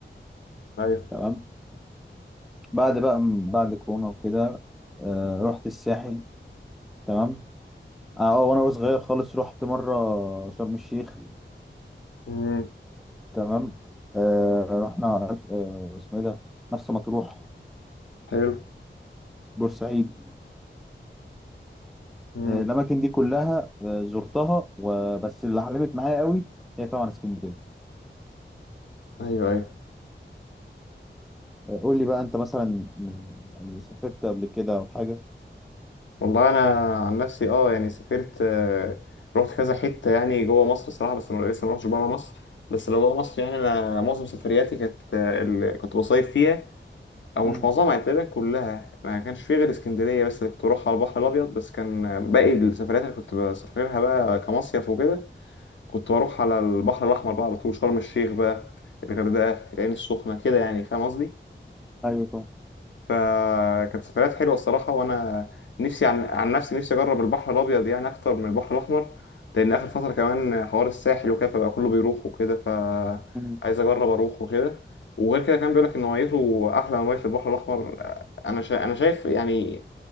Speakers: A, on the left (about 70°); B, in the centre.
A: ايوه
B: تمام بعد بقى بعد كورونا وكده آه، رحت الساحل تمام اه آه، وانا صغير خالص رحت مره شرم الشيخ
A: امم
B: تمام آه رحنا آه اسمه ايه ده مرسى مطروح
A: حلو
B: بورسعيد
A: امم
B: آه الاماكن دي كلها آه زرتها وبس اللي علمت معايا قوي هي طبعا اسكندريه
A: ايوه ايوه
B: آه قول لي بقى انت مثلا آه، يعني سافرت قبل كده او حاجه
A: والله انا عن نفسي اه يعني سافرت آه، رحت كذا حتة يعني جوه مصر صراحة بس انا لسه ما رحتش بره مصر بس لو جوه مصر يعني انا معظم سفرياتي كانت آه، اللي كنت بصيف فيها او
B: مم.
A: مش معظمها يعني تقريبا كلها ما كانش فيه غير اسكندرية بس اللي كنت بروحها على البحر الابيض بس كان آه، باقي السفريات اللي كنت بسافرها بقى كمصيف وكده كنت بروح على البحر الأحمر بقى على طول شرم الشيخ بقى الغردقة العين السخنة كده يعني فاهم قصدي
B: ايوه طبعا
A: فكانت سفريات حلوة الصراحة وأنا نفسي عن, عن نفسي نفسي أجرب البحر الأبيض يعني أكتر من البحر الأحمر لأن آخر فترة كمان حوار الساحل وكده فبقى كله بيروح وكده فعايز
B: مم.
A: أجرب أروح وكده وغير كده كان بيقولك إن ميته أحلى من مية البحر الأحمر أنا شا... أنا شايف يعني